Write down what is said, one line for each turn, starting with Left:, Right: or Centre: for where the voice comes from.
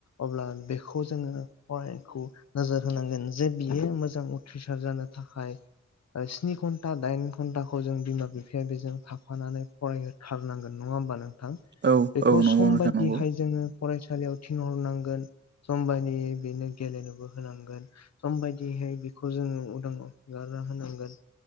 Left: अब्ला बे बेखौ जोङो फरायनायखौ नोजोर होनांगोन जे बियो मोजां उथ्रिसार जानो थाखाय स्नि घन्टा दाइन घन्टाखौ जों बिमा-बिफाया बेजों थाफानानै फरायहथारनांगोन नङा होमबा नों थां
Right: औ
Left: बेखौ
Right: औ नंगौ
Left: सम
Right: नोंथां
Left: बायदिहाय
Right: नंगौ
Left: जोङो फरायसालियाव थिनहरनांगोन सम बादियै बेनो गेलेनोबो होनांगोन सम बदिहाय बेखौ जोङो गारना होनांगोन।